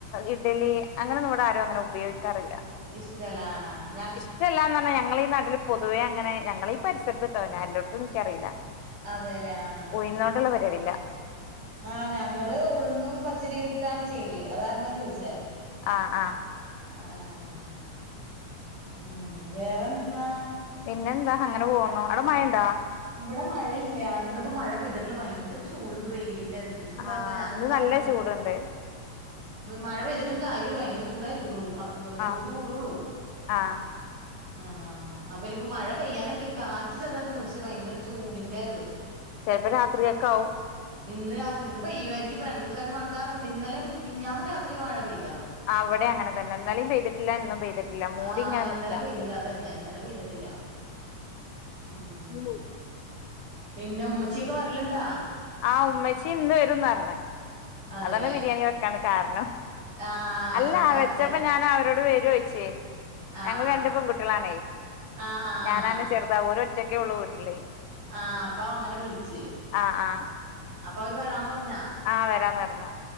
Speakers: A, on the left (about 85°); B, on the right (about 60°).
A: ഇഡ്ഡലി അങ്ങനെ ഒന്നും ഇവിടെ ആരും ഉപയോഗിക്കാറില്ല
B: ഇഷ്ടല്ലാ ആഹ
A: ഇഷ്ടമല്ലാന്ന് പറഞ്ഞാ ഞങ്ങൾഈ നട്ടില് പൊതുവേ അങ്ങനെ ഞങ്ങളീ പരിസരത്ത് ഇട്ടോ ഞാന എല്ലാടത്തും എനിക്കറിയില്ല
B: അതെല്ലേ ആ
A: ഉഴുന്നോണ്ടുള്ള പരിപാടി ഇല്ല
B: ആഹ് ഞങ്ങള് ഒഴുന്നും പച്ചരി ഇട്ടാണ് ചെയ്യല് അതാണ് ചോദിച്ചേ
A: ആഹ ആഹ
B: ആഹ ഉം വേറെദുനാ
A: പിന്നെന്താ അങ്ങനെ പോകുന്നു അവിടെ മഴ ഉണ്ടാ
B: ഇവിടെ മഴയില്ല ഇന്നിപ്പോ മഴ പെയ്തിട്ടില്ല ഭയങ്കര ചൂടന്ന് വെയിലിറെ എന്തു ചൂടാ
A: ആഹ്
B: അപ്പൊ ഞാൻ
A: ഇന്ന്
B: ഓർക്കാറുണ്ട്പ്പ
A: നല്ല ചൂടുണ്ട്
B: മഴ പെയ്തിട്ടും കാര്യല്ല ഭയങ്കര ചൂടായിരിക്കള്ളൂ ചൂട്
A: ആഹ്
B: കൂടുള്ളൂ
A: ആഹ്
B: ആഹ അപ്പൊ ഇനിപ്പപ്പോ മഴ പെയ്യാനായിരിക്കും കാറ്റ് ചെറുതായിട്ടുണ്ട് പക്ഷെ ഭയങ്കര ചൂടിന്റെ ഇത്
A: ചിലപ്പോ രാത്രിയൊക്കെ ആവും
B: ഇന്ന് രാത്രി ഇന്ന് പെയ്‌വായിരിക്കും ഇപ്പൊ രണ്ട് ദിവസമായിട്ട് മണക്കാറുണ്ട് ഇന്നലെ മിഞ്ഞാ ന് രാത്രി മഴ പെയ്തായിരുന്നു
A: ഇവിടെ അങ്ങനെ തന്നെ ഇന്നലയും പെയ്തിട്ടില്ല ഇന്നും പെയ്തിട്ടില്ല മൂടി
B: ആഹ്
A: ഇങ്ങനെ
B: ഇന്നലെ
A: നിക്കാം
B: പെയ്തില്ല അതന്നെ ഇന്നലെ പെയ്തിട്ടില്ല ഉം
A: ഉ
B: പിന്നെ ഉമ്മച്ചിയൊക്കെ വര്ലുണ്ടാ
A: ആഹ ഉമ്മച്ചി ഇന്ന് വരും എന്ന് പറഞ്ഞു
B: അതെല്ലേ
A: അതാണ് ബിരിയാണി വെക്കാൻ കാരണം
B: ആഹ്
A: അല്ല
B: അതുകൊണ്ടാ വച്ചേ
A: വെച്ചപ്പോ ഞാൻ അവരോട് വെരുവോന്ന് ചോദിച്ച്
B: ആഹ്
A: ഞങ്ങൾ രണ്ട് പെൺകുട്ടികളാണെ
B: ആഹ് ആഹ്
A: ഞാനാണ് ചെറുത് ഇതാ അവര് ഒറ്റയ്ക്കേ ഉള്ളൂ വീട്ടില്
B: ആഹ അപ്പ അങ്ങനെ വിളിച്
A: ആഹ ആഹ
B: അപ്പൊ അവര് വരാന്ന് പറഞ്ഞാ
A: ആഹ വരാന്ന് പറഞ്